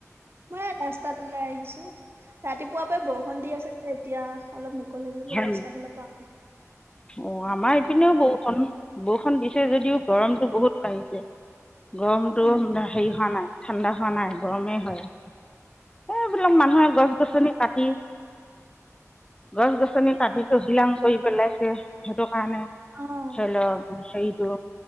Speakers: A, on the right; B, on the left.
A: মই ৰাস্তাত ওলাই আহিছো ৰাতিপুৱা পৰা বৰষুণ দি আছে যে এতিয়া অলপ মুকলি কলেজ লৈও
B: হয়
A: ৰাস্তাৰ ফালৰ পৰা আহোঁ।
B: অ আমাৰ ইপিনেও বৰষুণ বৰষুণ দিছে যদিও গৰমতটো বহুত বাঢ়িছে। গৰমটো
A: উম,
B: হেৰি হোৱা নাই ঠাণ্ডা হোৱা নাই গৰমেই হৈ এইবিলাক মানুহে গছ গছনি কাটি গছ গছনি কাটি টহিলাং কৰি পেলাইছে সেইটো কাৰণে
A: অ',
B: ধৰি লওক হেৰিটো